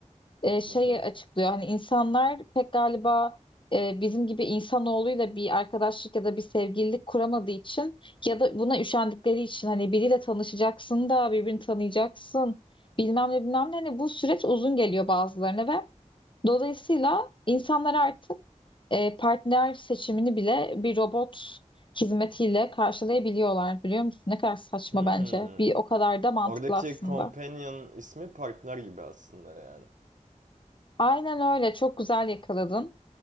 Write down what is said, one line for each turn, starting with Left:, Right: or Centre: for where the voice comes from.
Left: e, şeyi
Right: Hı hı.
Left: açıklıyor. Hani insanlar pek galiba e, bizim gibi insanoğluyla bir arkadaşlık ya da bir sevgililik kuramadığı için ya da buna üşendikleri için hani biriyle tanışacaksın da birbirini tanıyacaksın bilmem ne bilmem ne. Hani bu süreç uzun geliyor bazılarına ve dolayısıyla insanlar artık e, partner seçimini bile bir robot hizmetiyle karşılayabiliyorlar biliyor musun? Ne kadar saçma
Right: Hmm.
Left: bence. Bir o kadar da mantıklı
Right: Oradaki
Left: aslında.
Right: companion ismi partner gibi aslında yani.
Left: Aynen öyle. Çok güzel yakaladın.